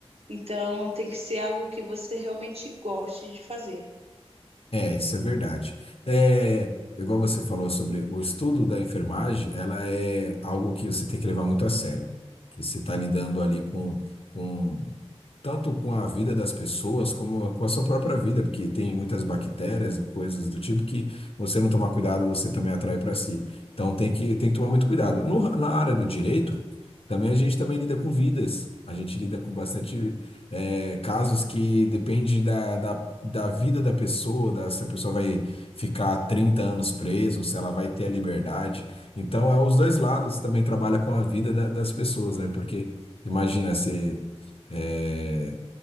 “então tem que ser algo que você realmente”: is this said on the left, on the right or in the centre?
Right